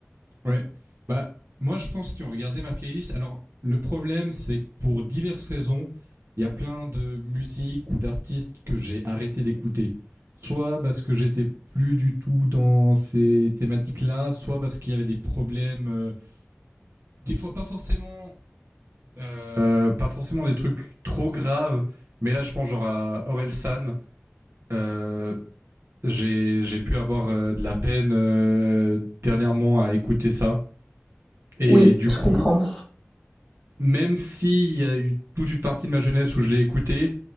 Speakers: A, on the right; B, in the centre.
A: ouais. Bah, moi, je pense qu'ils ont regardé ma playlist. Alors, le problème, c'est que pour diverses raisons, il y a plein de musiques ou d'artistes que j'ai arrêté d'écouter. Soit parce que j'étais plus du tout dans ces thématiques-là, soit parce qu'il y avait des problèmes, euh, des fois pas forcément Euh, pas forcément des trucs trop graves, mais là, je pense genre à Orelsan, Euh, j'ai j'ai pu avoir euh, de la peine euh, dernièrement à écouter ça. Et
B: Oui,
A: du
B: je
A: coup,
B: comprends.
A: même s'il y a eu toute une partie de ma jeunesse où je l'ai écouté,